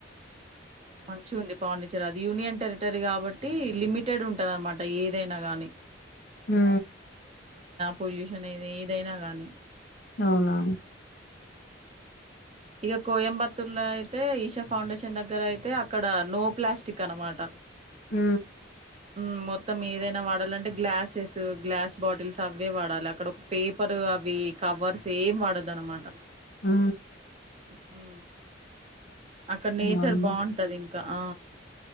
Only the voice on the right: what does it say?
మంచి ఉంది పాండి చె అది యూనియన్ టెరిటరీ కాబట్టి లిమిటెడ్ ఉంటది అనమాట ఏదైనా గాని
పొల్యూషన్ అయిది ఏదైనా కానీ
ఇగ కోయంబత్తూర్ లో అయితే ఈషా ఫౌండేషన్ దగ్గర అయితే అక్కడ నో ప్లాస్టిక్ అనమాట
మ్మ్ మొత్తం ఏదైన వాడాలంటే గ్లాసెస్ గ్లాస్ బాటిల్స్ అవే వాడాలి అక్కడ ఒక పేపర్ అవి కవర్స్ ఏం వాడద్దు అనమాట
హు అక్కడ నేచర్
బాగుంటది ఇంకా ఆ